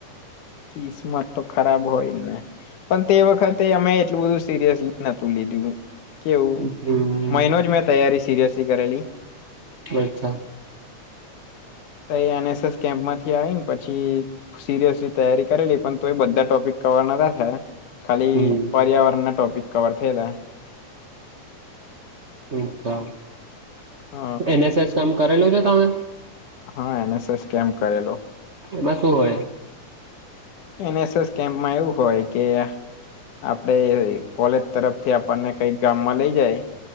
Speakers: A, on the left; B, on the right.
A: કિસ્મત તો ખરાબ હોય ને. પણ તે વખતે અમે એટલું બધું સિરિયસલી નતું લીધું. કેવું,
B: હમ
A: મહિનો જ મેં તૈયારી સિરિયસલી કરેલી.
B: અચ્છા.
A: તે એ એન. એસ. એસ કેમ્પ માંથી આવી ને પછી. સિરિયસલી તૈયારી કરેલી, પણ તો એ બધા ટોપિક કરવાના ન હતા. ખાલી
B: હમ
A: પર્યાવરણ ના ટોપિક કવર થયેલા.
B: અચ્છા,
A: હ
B: એન. એસ. એસ કામ કરેલું છે તમે?
A: હા, એન. એસ. એસ કેમ્પ કરેલો.
B: એમાં શું હોય?
A: એન. એસ. એસ કેમ્પમાં એવું હોય કે આપડે કોલેજ તરફ થી આપણને કંઈક ગામમાં લઈ જાય.